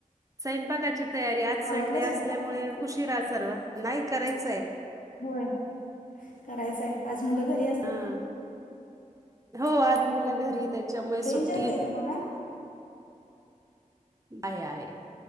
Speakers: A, on the right; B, on the left.
A: स्वयंपाकाची तयारी,, आज
B: आवरला
A: संडे
B: स्वयंपाक
A: असल्यामुळे उशीिरा सर्व,, नाही करायचंयऽ
B: होय,, करायचंय,, आज मुल घरीऽ असतील,,,
A: हा हो आज मुलं घरी त्याच्यामुळे सुट्टी
B: रेंज आहे ताई तुम्हाला?
A: आहे आहे,